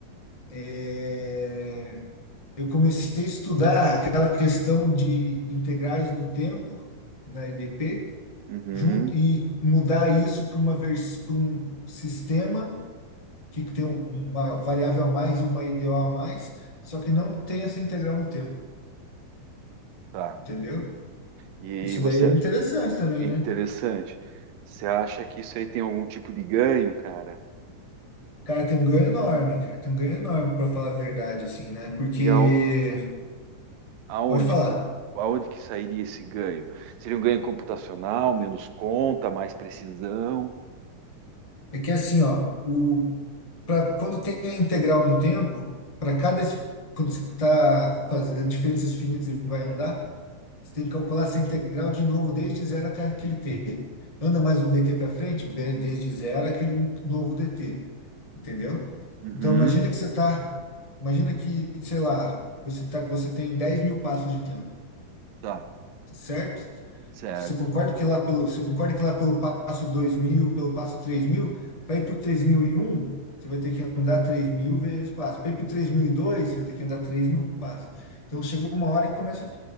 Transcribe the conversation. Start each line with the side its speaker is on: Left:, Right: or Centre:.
Left: É, Eu comecei a estudar aquela questão de integrais no tempo, na EDP,
Right: Uhum,
Left: junto, e mudar isso para uma vers- para um sistema que tem uma variável a mais e uma EDO a mais, só que não tem essa integral no tempo,
Right: tá.
Left: entendeu?
Right: E
Left: Isso
Right: você,
Left: daí é interessante também,
Right: interessante.
Left: né?
Right: Você acha que isso aí tem algum tipo de ganho, cara?
Left: Cara, tem um ganho enorme, cara. Tem um ganho enorme, para falar a verdade, assim, né? Porque,
Right: E ao- aonde,
Left: pode falar,
Right: aonde que sairia esse ganho? Seria um ganho computacional, menos conta, mais precisão?
Left: é que é assim, ó, o para quando tem a integral no tempo, para cada es- quando você está fazendo diferenças finitas e vai andar, você tem que calcular essa integral de novo desde zero até aquele t. Anda mais um dt para frente, be- desde zero aquele novo dt, entendeu?
Right: Uhum,
Left: Então imagina que você está, imagina que, sei lá, você tá, você tem 10 mil passos de tempo
Right: tá,
Left: certo?
Right: certo.
Left: Você concorda que lá pelo, você concorda que lá pelo passo dois mil pelo passo três mil para ir para o 3001 você vai ter que andar três mil vezes passo. Para ir para o 3002 você vai ter que andar 3000 passos. Então chegou uma hora que começa a